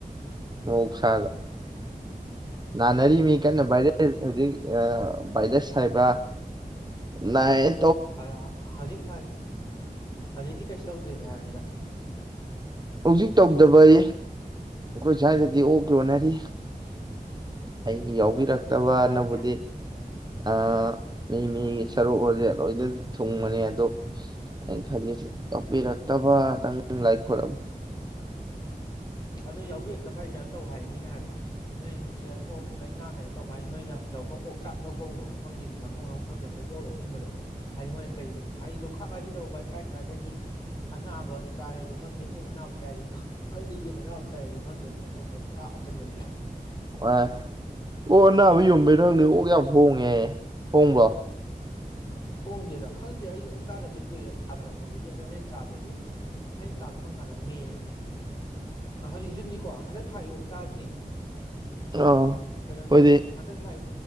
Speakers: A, on the right (about 25°); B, on the left (about 25°).
A: <unintelligible>
B: ꯎꯝ
A: ꯅꯥꯅꯔꯤ ꯃꯤ
B: ꯎꯝ
A: ꯀꯟꯅ ꯚꯥꯏꯔꯦꯜ ꯑꯗꯒꯤ ꯑꯥ ꯕꯥꯏꯗꯁ ꯍꯥꯏꯕ꯭ꯔꯥ ꯅꯥꯏꯟ
B: ꯍ ꯍꯧꯖꯤꯛ ꯐꯔꯦ ꯍꯧꯖꯤꯛꯇꯤ ꯀꯩꯁꯨ ꯇꯧꯗ꯭ꯔꯦꯗꯤ ꯍꯥꯏꯕꯅꯤꯗ
A: ꯍꯧꯖꯤꯛ ꯇꯧꯗꯕꯌꯦ ꯑꯈꯣꯏ ꯁ꯭ꯋꯥꯏꯗꯗꯤ ꯑꯣꯛ ꯌꯣꯟꯅꯔꯤ ꯑꯩ ꯌꯥꯎꯕꯤꯔꯛꯇꯕꯅꯕꯨꯗꯤ
B: ꯑꯣ ꯅꯥꯕꯒꯤ
A: ꯑꯥ ꯃꯤ ꯃꯤ ꯁꯔꯨꯛꯍꯨꯖꯦ ꯂꯣꯏꯅ ꯊꯨꯡꯕꯅꯦ ꯑꯗꯣ ꯑꯩ ꯈꯜꯂꯤꯖꯦ ꯌꯥꯎꯄꯤꯔꯛꯇꯕꯗꯪ ꯂꯥꯏ ꯈꯣꯔꯝ
B: ꯑꯗꯨ ꯌꯥꯎꯕꯤꯔꯛꯇ ꯐꯩ ꯀꯩꯅꯣ ꯇꯧ ꯍꯥꯏ ꯃꯤꯅ ꯍꯥꯏꯕꯗ ꯅꯣꯏꯁꯦ ꯑꯣꯛ ꯂꯥꯏꯅꯥ ꯀꯩꯅꯣ ꯇꯧꯕ ꯍꯥꯏ ꯅꯣꯏꯅ ꯂ ꯑꯣꯛ ꯆꯥꯛ ꯂꯧꯕꯒꯨꯝꯕ ꯃꯐꯝꯁꯤꯡꯗ ꯃꯊꯣꯡ ꯑꯃꯝ ꯈꯪꯗꯕꯗꯤ ꯄꯨꯂ ꯂꯧ ꯂꯧꯁꯤꯟꯕꯗꯣ ꯍꯥꯏ ꯃꯣꯏꯅ ꯀꯔꯤ ꯍꯥꯏ ꯂꯨꯈꯛ ꯍꯥꯏꯗꯤ ꯇꯧꯕ ꯀꯥꯏ ꯀꯥꯏꯗꯒꯤ ꯑꯅꯥꯕ ꯆꯥꯏꯁꯨ ꯈꯪꯗꯦ ꯑꯣꯛ ꯑꯅꯥꯕ ꯆꯥꯏꯁꯨ ꯈꯪꯗꯦ <unintelligible> ꯆꯥꯏ ꯍꯥꯏꯁꯨ ꯈꯪꯗꯦ ꯑꯗꯨꯃꯥꯏꯅ ꯇꯧꯕ ꯑꯥ ꯆꯟꯕꯩꯅꯤ ꯍꯥꯏ
A: ꯑ ꯑꯣꯛ ꯑꯅꯥꯕ ꯌꯣꯟꯕꯩꯩꯔ ꯈꯪꯗꯦ ꯑꯣꯛ ꯌꯥꯝ ꯍꯣꯡꯉꯦ ꯍꯥꯏ ꯍꯣꯡꯕ꯭ꯔꯣ
B: ꯍꯣꯡꯗꯦꯗ ꯈꯪꯗꯦ ꯑꯩ ꯑꯣꯛ ꯆꯥꯗꯕꯗꯤ ꯀꯨꯏꯔꯦ ꯁꯥꯒꯠꯂꯛꯄꯗꯒꯤ ꯑꯗꯣ ꯑꯩꯅ ꯆꯥꯕꯗꯗꯤ ꯑꯩꯅ ꯆꯥꯕꯗꯣ ꯀꯔꯝꯀꯥꯟꯗꯅꯣ ꯃꯦ ꯍꯧꯖꯤꯛ ꯖꯨꯟꯅꯤꯀꯣ ꯍꯟꯗꯛ ꯊꯥꯒꯤ ꯑꯣꯛ ꯆꯥꯗ꯭ꯔꯤꯌꯦ
A: ꯑꯥ
B: ꯀꯩꯅꯣ
A: ꯑꯩꯈꯣꯏꯗꯤ
B: ꯇꯧꯋꯦ ꯍꯟꯗꯛ ꯊꯥꯏ